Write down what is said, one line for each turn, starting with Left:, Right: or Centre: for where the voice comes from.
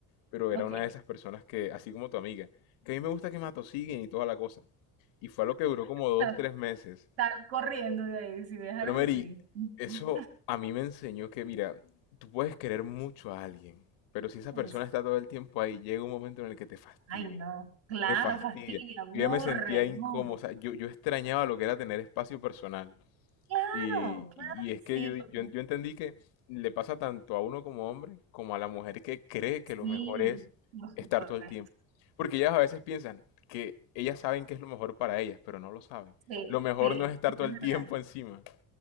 Left: pero era
Right: Ok.
Left: una de esas personas que, así como tu amiga, que a mí me gusta que me atosiguen y toda la cosa. Y fue algo que duró como dos,
Right: Sal,
Left: tres meses.
Right: sal corriendo de ahí si ves algo
Left: Pero Mary,
Right: así. Ujú.
Left: eso a mí me enseñó que, mira, tú puedes querer mucho a alguien, pero si esa
Right: <laughs>
Left: persona está todo el tiempo ahí, llega un momento en el que te fastidia.
Right: Ay, no, claro,
Left: Te fastidia.
Right: fastidia, aburre,
Left: Yo ya me sentía incómodo,
Right: no.
Left: o sea, yo, yo extrañaba lo que era tener espacio personal.
Right: Claro,
Left: Y,
Right: claro
Left: y
Right: que
Left: es
Right: sí,
Left: que yo, di-
Right: porque
Left: yo, yo entendí que le pasa tanto a uno como hombre como a la mujer que cree
Right: sí,
Left: que lo mejor es
Right: por
Left: estar
Right: supuesto.
Left: todo el tiempo. Porque ellas a veces piensan que ellas saben qué es lo mejor para ellas, pero no lo saben.
Right: Sí,
Left: Lo mejor
Right: sí,
Left: no es estar
Right: eso
Left: todo
Right: es
Left: el
Right: verdad.
Left: tiempo encima.